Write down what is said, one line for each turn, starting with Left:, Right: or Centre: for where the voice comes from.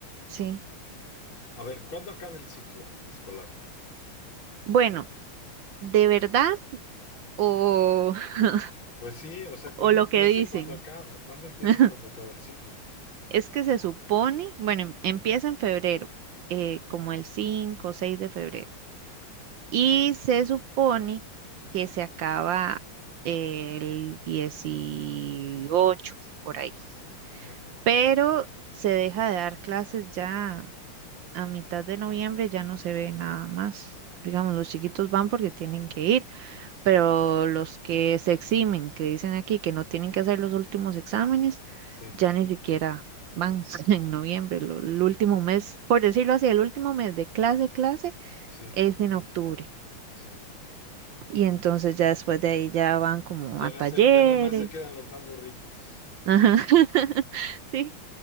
Right: Sí.
Left: A ver, ¿cuándo acaba el ciclo escolar?
Right: Bueno, ¿de verdad o, <laughs>
Left: Pues sí, o sea, ¿cuándo
Right: o lo
Left: empieza
Right: que dicen?
Left: y cuándo acaba? ¿Cuándo empieza
Right: <laughs>
Left: y cuándo acaba el ciclo?
Right: Es que se supone, bueno, em- empieza en febrero, eh, como el 5 o 6 de febrero. Y se supone que se acaba el 18 por ahí.
Left: Ajá.
Right: Pero se deja de dar clases ya a mitad de noviembre, ya no se ve nada más. Digamos, los chiquitos van porque tienen que ir pero los que se eximen, que dicen aquí que no tienen que hacer los últimos exámenes,
Left: Sí,
Right: ya ni siquiera van <laughs> en noviembre. Lo- el último mes, por decirlo así, el último mes de clase, clase
Left: sí,
Right: es en octubre.
Left: sí.
Right: Y entonces ya después de ahí ya van como
Left: Ya
Right: a
Left: nacen,
Right: talleres.
Left: ya nada más se quedan los más burritos.
Right: Ajá. <laughs> Sí,